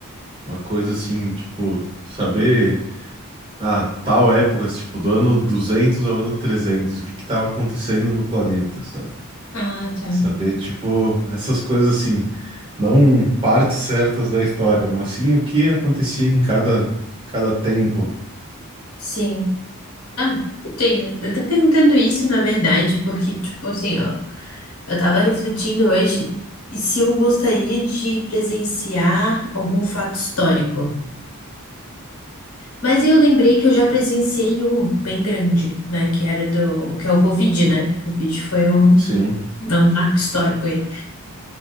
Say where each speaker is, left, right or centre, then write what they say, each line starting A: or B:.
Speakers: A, on the right (about 25°); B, on the left (about 75°).
A: Uma coisa assim, tipo, saber. Ah, tal época, assim, tipo, do ano 200 ao ano 300, o que que tava acontecendo no planeta, sabe?
B: Ah, tá.
A: Saber, tipo, essas coisas assim, não partes certas da história, mas sim o que acontecia em cada, cada tempo.
B: Sim. Ah, entendo. Eu tô perguntando isso, na verdade, porque, tipo assim, ó, eu tava refletindo hoje e se eu gostaria de presenciar algum fato histórico. Mas aí eu lembrei que eu já presenciei um bem grande, né? Que era do, que é o Covid, né? O Covid foi um,
A: Sim.
B: não, um marco histórico aí.